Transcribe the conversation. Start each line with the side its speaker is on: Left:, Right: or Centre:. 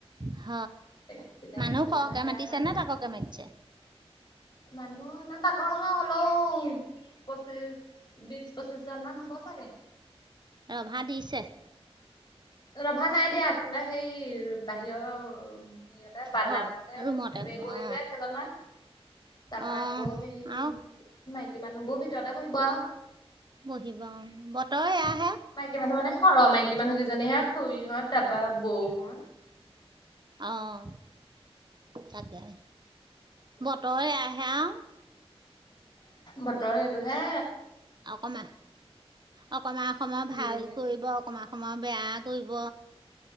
Right: হ
Left: টেঙা কাটি যায়
Right: মানুহ
Left: সেইটো কাৰণে
Right: সহকে
Left: বেয়া
Right: মাতিছে
Left: হয়
Right: নে
Left: গৈ।
Right: তাককে মাতিছে।
Left: মানুহ ইমান তাকৈ হলেও পঁচিশ বিশ পচিছজন মান হ ব চাগে।
Right: ৰভা দিছে
Left: ৰভা নাই দিয়া আগফালে সেই বাহিৰৰ সেইয়তে বান্দা
Right: ঘৰ
Left: কনতে
Right: ৰুমতে
Left: বেই
Right: হ'ব
Left: বই
Right: অ
Left: কেইজনমান তাৰপা
Right: অ
Left: আকৌ সেই
Right: আৰু
Left: মাইক- কিমান বোৰ ভিতৰতে বহি আও।
Right: বহিব অ বতৰে এয়া
Left: মাইকী মানুহ মানে ঘৰৰ মাইকী মানুহকেইজনীহে খুৰীহত তাৰপা বৌ হত।
Right: অহ তাকে বতৰ এয়া আহে আও।
Left: বতৰ সেইটো হে
Right: অকমা অকমা অকমা ভাল
Left: দিয়ে নে
Right: কৰিব অকমা সময় বেয়া কৰিব।